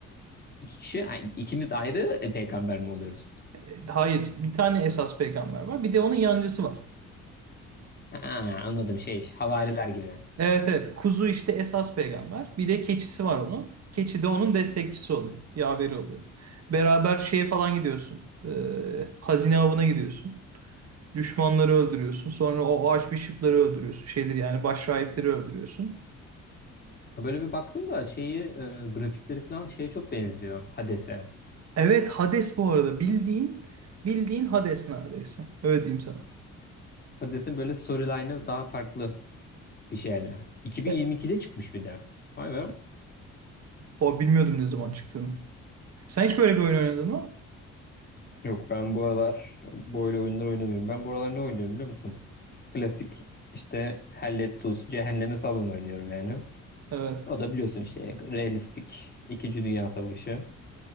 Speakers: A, on the left; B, on the right.
A: İki kişi, ha, ikimiz ayrı e, peygamber mi oluyoruz?
B: E, Hayır, bir tane esas peygamber var. Bir de onun yancısı var.
A: Ha, anladım şey, havariler gibi.
B: Evet evet. Kuzu işte esas peygamber. Bir de keçisi var onun. Keçi de onun destekçisi oluyor. Yaveri oluyor. Beraber şeye falan gidiyorsun. E, hazine avına gidiyorsun. Düşmanları öldürüyorsun. Sonra o archbishop'ları öldürüyorsun. Şeydir yani başrahipleri öldürüyorsun.
A: Ha, Böyle bir baktım da şeyi, e, grafikleri falan şeye çok benziyor Hades'e.
B: Evet Hades bu arada. Bildiğin bildiğin Hades neredeyse. Öyle diyeyim sana.
A: Hades'in böyle storyline'ı daha farklı bir şeyde. 2022'de
B: E,
A: çıkmış bir de. Vay be.
B: bu- bilmiyordum ne zaman çıktığını. Sen hiç böyle bir oyun oynadın mı?
A: Yok ben bu aralar böyle oyunlar oynamıyorum. Ben bu aralar ne oynuyorum biliyor musun? Klasik işte Hell Let Cehenneme Salın oynuyorum yani.
B: Evet.
A: O da biliyorsun işte realistik İkinci Dünya Savaşı.